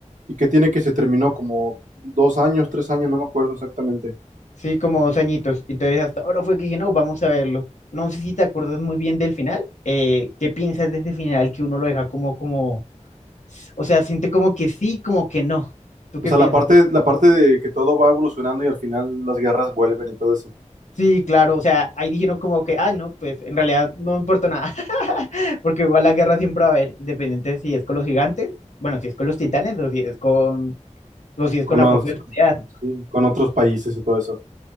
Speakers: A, on the right (about 80°); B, on the left (about 70°).
A: ¿y qué tiene que se terminó? Como dos años, tres años, no me acuerdo exactamente.
B: Sí, como dos añitos. Entonces, hasta ahora fue que dije, no, vamos a verlo. No sé si te acuerdas muy bien del final. Eh, ¿qué piensas de ese final que uno lo deja como, como, o sea, siente como que sí, como que no? ¿Tú
A: O
B: qué
A: sea,
B: piensas?
A: la parte, la parte de que todo va evolucionando y al final las guerras vuelven y todo eso.
B: Sí, claro, o sea, ahí dijeron como que, ay, no, pues en realidad no importa nada. Porque igual la guerra siempre va a haber, independiente si es con los gigantes, bueno, si es con los titanes o si es con, o si es
A: Con
B: con la
A: los-
B: propia sociedad.
A: sí, con otros países y todo eso.